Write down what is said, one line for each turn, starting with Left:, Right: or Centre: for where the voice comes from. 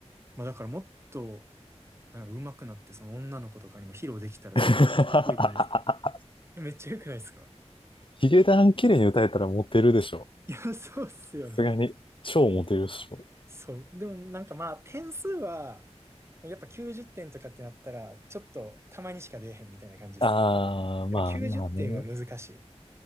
Right: まあだからもっと、なんか上手くなって、その女の子とかにも披露できたら絶対かっこいいじゃないですか。
Left: <laughs>
Right: いやめっちゃ良くないですか
Left: ヒゲダン綺麗に歌えたらモテるでしょ。
Right: <laughs> いや、そうっすよね。
Left: さすがに、超モテるでしょ。
Right: そう。でもなんかまあ、点数は、やっぱ90点とかってなったら、ちょっとたまにしか出えへんみたいな感じですね。
Left: ああ、
Right: だから90点は難しい。
Left: まあまあね。